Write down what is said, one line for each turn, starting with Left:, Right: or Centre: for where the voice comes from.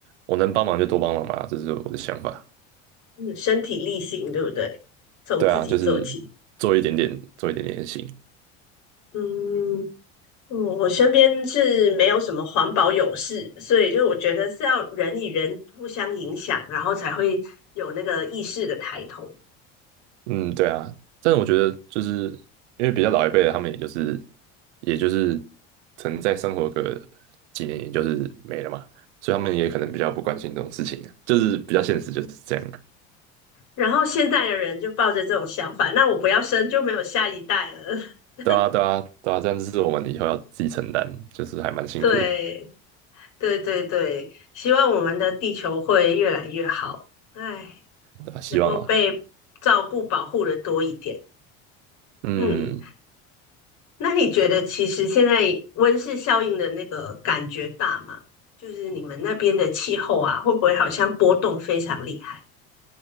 Right: 我能帮忙就多帮忙嘛，这是我的想法。
Left: 嗯，身体力行，对不对？从自己做起。
Right: 对啊，就是做一点点，做一点点也行。
Left: 嗯，嗯我身边是没有什么环保勇士，所以就我觉得是要人与人互相影响，然后才会有那个意识的抬头。
Right: 嗯，对啊，但是我觉得就是因为比较老一辈的，他们也就是也就是曾在生活个几年，也就是没了嘛，所以他们也可能比较不关心这种事情啊，就是比较现实就是这样啊。
Left: 然后现在的人就抱着这种想法，那我不要生就没有下一代了。<laughs>
Right: 对啊，对啊，对啊，这样就是我们以后要自己承担，就是还蛮辛苦的，
Left: 对，对对对，希望我们的地球会越来越好，唉，
Right: 对啊希望啊，
Left: 能够被照顾保护的多一点。
Right: 嗯，
Left: 嗯。那你觉得其实现在温室效应的那个感觉大吗？就是你们那边的气候啊，会不会好像波动非常厉害？